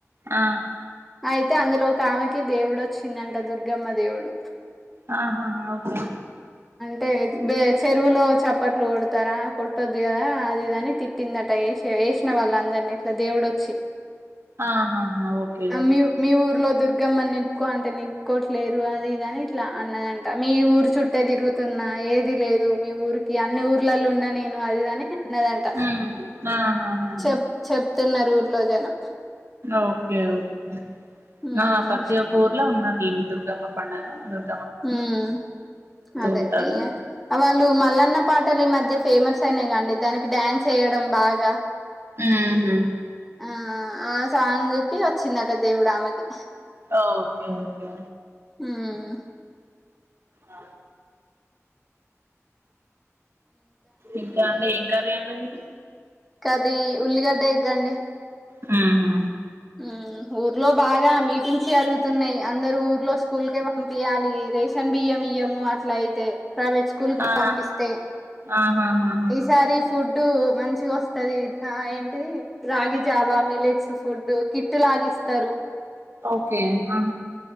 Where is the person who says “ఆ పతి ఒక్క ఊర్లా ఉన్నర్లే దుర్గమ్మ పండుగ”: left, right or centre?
Right